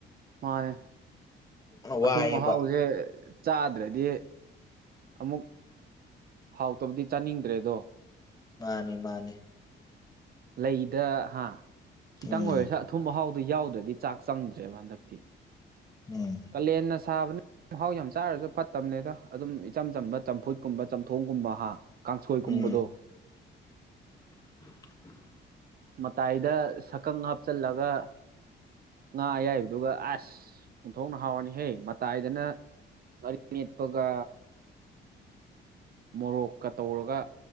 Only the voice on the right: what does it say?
ꯃꯥꯅꯦ
ꯑꯊꯨꯝ ꯑꯍꯥꯎꯖꯦ ꯆꯥꯗ꯭ꯔꯗꯤ ꯑꯃꯨꯛ ꯍꯥꯎꯇꯕꯗꯤ ꯆꯥꯅꯤꯡꯗ꯭ꯔꯦꯗꯣ
ꯂꯩꯗ ꯍꯥ ꯈꯤꯇꯪ
ꯑꯣꯏꯔꯁꯨ ꯑꯊꯨꯝ ꯑꯍꯥꯎꯗꯣ ꯌꯥꯎꯗ꯭ꯔꯗꯤ ꯆꯥꯛ ꯆꯪꯗ꯭ꯔꯦꯕ ꯍꯟꯗꯛꯇꯤ
ꯀꯂꯦꯟꯅ ꯁꯥꯥꯕꯅ ꯎꯝ ꯍꯥꯎ ꯌꯥꯝ ꯆꯥꯔꯖꯨ ꯐꯠꯇꯕꯅꯦꯗ ꯑꯗꯨꯝ ꯏꯆꯝ ꯆꯝꯕ ꯆꯝꯐꯨꯠꯀꯨꯝꯕ ꯆꯝꯊꯣꯡꯒꯨꯝꯕ ꯍꯥ ꯀꯥꯡꯁꯣꯏꯒꯨꯝꯕꯗꯣ
ꯃꯇꯥꯏꯗ ꯁꯛꯀꯪ ꯍꯥꯞꯆꯜꯂꯒ ꯉꯥ ꯑꯌꯥꯏꯕꯗꯨꯒ ꯑꯁ ꯑꯣꯟꯊꯣꯛꯅ ꯍꯥꯎꯔꯅꯤꯍꯦ ꯃꯇꯥꯏꯗꯅ ꯉꯔꯤ ꯃꯦꯠꯄꯒ ꯃꯣꯔꯣꯛꯀ ꯇꯧꯔꯒ